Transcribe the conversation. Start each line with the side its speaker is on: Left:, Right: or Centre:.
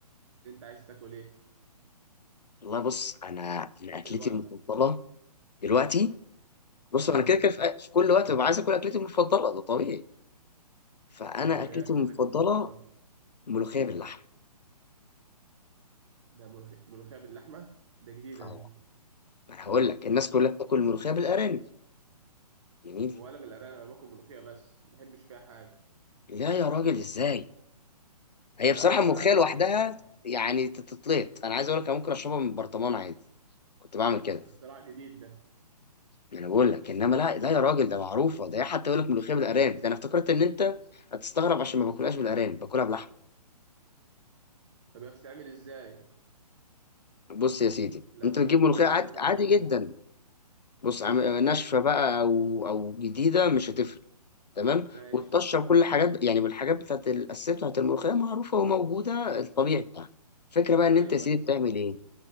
Right: انت عايز تاكل ايه
Left: والله بص انا انا اكلتي
Right: دلوقتي
Left: المفضله دلوقتي بص
Right: اه
Left: انا كده كده في في كل وقت ببقى عايز اكل اكلتي المفضله ده طبيعي فانا
Right: ايوه
Left: اكلتي
Right: هي اكلتك
Left: المفضله
Right: المفضله
Left: ملوخيه باللحمه
Right: ده ملوخيه ملوخيه باللحمه ده جديده
Left: ف-
Right: دي
Left: ما انا هقول لك الناس كلها بتاكل ملوخيه بالارانب جميل
Right: ولا بالارانب انا باكل ملوخيه بس ما بحبش فيها حاجه
Left: لا يا راجل ازاي هي
Right: ده
Left: بصراحة الملوخية لوحدها
Right: ده, ده
Left: يعني تتطلط أنا عايز أقول لك أنا ممكن أشربها من برطمان عادي كنت بعمل كده
Right: اختراع جديد ده
Left: أنا بقول لك إنما لا لا يا راجل ده معروفة ده إيه حتى يقول لك ملوخية بالأرانب ده أنا افتكرت إن أنت هتستغرب عشان ما باكلهاش بالأرانب باكلها بلحمة
Right: طب هي بتتعمل ازاي
Left: بص يا سيدي
Right: لو
Left: أنت بتجيب ملوخية
Right: كده
Left: عادي
Right: ممكن
Left: عادي
Right: اجربها
Left: جدا بص عم- ناشفة بقى أو أو جديدة مش هتفرق تمام
Right: ماشي
Left: والطشة وكل حاجات يعني بالحاجات بتاعت الأساسية بتاعت الملوخية معروفة وموجودة الطبيعي بتاعها الفكرة بقى إن
Right: ايوه
Left: أنت يا سيدي
Right: ايوه
Left: بتعمل
Right: سهل
Left: إيه